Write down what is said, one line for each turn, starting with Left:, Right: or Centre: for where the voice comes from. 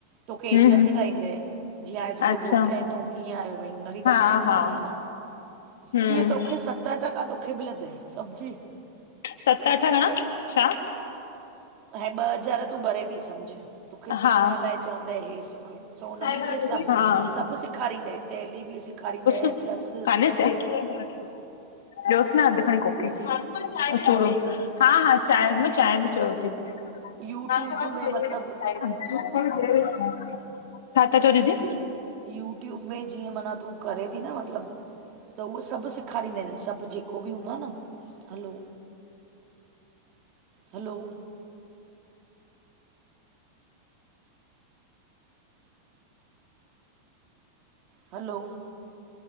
Right: तोखे
Left: हम्म
Right: एजेंट ठाहींदे। जीअं हाने तुंहिंजो
Left: अच्छा
Right: घोट त कीअं आयो त उनखे
Left: हा
Right: कमीशन
Left: हा
Right: मिलंदी न,
Left: हम्म
Right: तीअ तो खो सत टका तोखे मिलंदे समझी।
Left: सत अठ घणा, छा?
Right: ऐं ॿ हज़ार तूं भरे थी सम्झि, तोखे
Left: हा
Right: सिखण लाइ चवंदेइ हे सिख। ख त हुन
Left: हा
Right: में कीअं सभु
Left: ॾियोसि
Right: सभु सेखारींदए टैली बि सेखारींदए
Left: न
Right: प्लस
Left: कान्हे छा ॾियोसि न अधु खणी कोकी, ओ चूरो। हा हा चांहि मां चांहि बि चयो थी।
Right: यूट्यूब
Left: <unintelligible>
Right: में मतिलबु
Left: छा था चौ दीदी?
Right: यूट्यूब में जीअं माना तूं करे थी न मतिलबु त उहो सभु सेखारींदा आहिनि सभु जेको बि हूंदो आहे न, hello! Hello, hello,